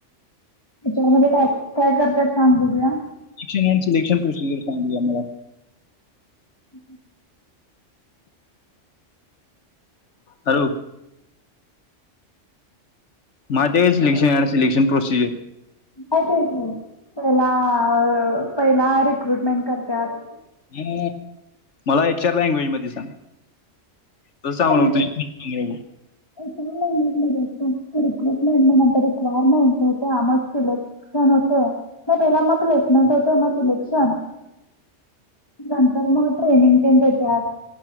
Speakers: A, on the left; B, on the left.
A: त्याच्यामध्ये काय काय कर त्यात सांग बघूया?
B: सिक्टी नाईन सिलेक्शन प्रोसिजर सांग बघूया मला
A: उहू.
B: हॅलो. माय ते काय सिलेक्शन अँड सिलेक्शन प्रोसिजर
A: माहित आय की पहिला अ पहिला रिक्रुटमेंट करत्यात
B: अ मला ये <unintelligible> लँग्वेज मध्ये सांग. तसं सांगू
A: लॅग्वेज
B: नको
A: येत लॅग्वेज मध्ये येतो. रिक्रुटमेंटर रिक्वायरमेंट होत्या. मग सिलेक्शन होत. म त्याला मग प्लेसमेंट होते. मग सिलेक्शन नंतर मग ट्रेनिंग तेन देत्यात.